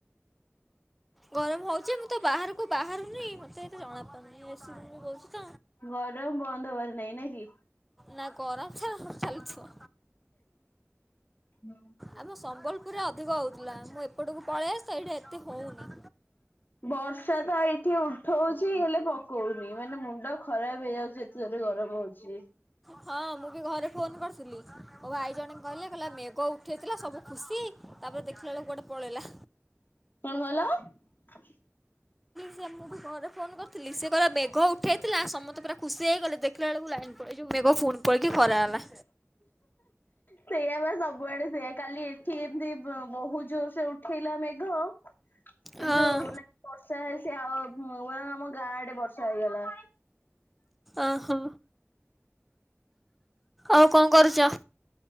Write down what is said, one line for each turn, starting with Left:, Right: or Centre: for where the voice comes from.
Centre: ଗରମ ହଉଛି ମୁଁ ତ ବାହାର ବାହାରୁନି ମତେ ଏତେ ଜଣାପାରୁନି ଏ ସି ରୁମରେ ରହୁଛି। ତ।
Left: ଗରମ ବନ୍ଦ ହବାର ନାଇଁ ନାକି?
Centre: ନା ଗରମ ତ ଚାଲିଥିବ।
Left: ହୁଁ।
Centre: ଆମ ସମ୍ବଲପୁରରେ ଅଧିକ ହଉଥିଲା ମୁଁ ଏପଟକୁ ପଳେଇ ଆସେ ଏଈଠେ ଏତେ ହଉନି।
Left: ବର୍ଷା ତ ଏଇଠି ଉଠଉଛି ହେଲେ ପକଉନି ମାନେ ମୁଣ୍ଡ ଖରାପ ହେଇଯାଉଛି ଏତେ ରେ ଗରମ ହଉଛି।
Centre: ହଁ ମୁଁ ବି ଘରେ ଫୋନ କରିଥିଲି। ମ ଭାଇ ଜଣେ କହିଲେ କହିଲା ମେଘ ଉଠେଇଥିଲା ସବୁ ଖୁସି ତାପରେ ଦେଖ କୁଆଡେ ପଳେଇଲା।
Left: କଣ କହିଲ?
Centre: ସେ ମୁଁ ବି ଘରେ ଫୋନ କରିଥିଲି ସେ କହିଲା ମେଘ ଉଠେଇଥିଲା ସମତେ ପୁରା ଖୁ ସେଇ ଗଲେ ଦେଖିଲା ବେଳକୁ ଲାଇନ ପଳେଇ ଏ ଜଉ ମେଘ ଫୁନ୍ ପଳକି ଖରା ହେଲା।
Left: ସେଇଆ ବା ସବୁଆଡେ ସେଇଆ କାଲି ଏଠି ଏମିତି ବ-ବହୁତ ଜୋର ସେ ଉଠେଇଲା ମେଘ କିନ୍ତୁ
Centre: ହଁ
Left: ନା ବର୍ଷା ହେଲେ ସେ ଆ ଆମ ଗାଁଡେ ବର୍ଷା ହେଇଗଲା।
Centre: ଅହୋ। ଆଉ କଣ କରୁଛ?